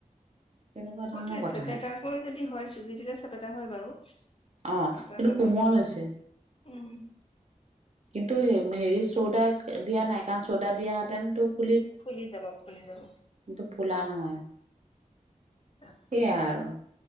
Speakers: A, on the right; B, on the left.
A: তেনেকুৱা ধৰণৰ
B: সেইটোৱে
A: কথা
B: চেপেটাকৈ
A: এটা
B: যদি হয় চুজি দিলে চেপেটা হয় বাৰু।
A: অ,
B: আটাৰ
A: কিন্তু
B: লগত
A: কোমল হৈছে।
B: উম
A: কিন্তু হেৰিত চ'দা দিয়া নাই কাৰণ চ'দা দিয়া হেতেঁন টো -
B: ফুলি যাব, ফুলি যাব।
A: কিন্তু ফুলা নহয়,
B: তাকে
A: সেইয়া আৰু।